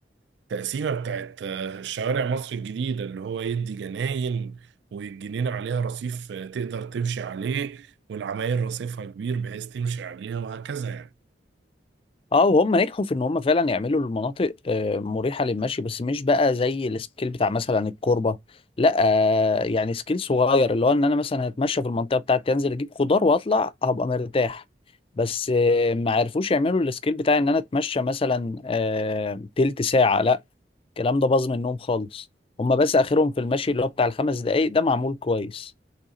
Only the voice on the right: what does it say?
التقسيمة بتاعت آه، شوارع مصر الجديدة اللي هو يدي جناين والجنينة عليها رصيف آه، تقدر تمشي عليه والعماير رصيفها كبير بحيث تمشي عليها وهكذا يعني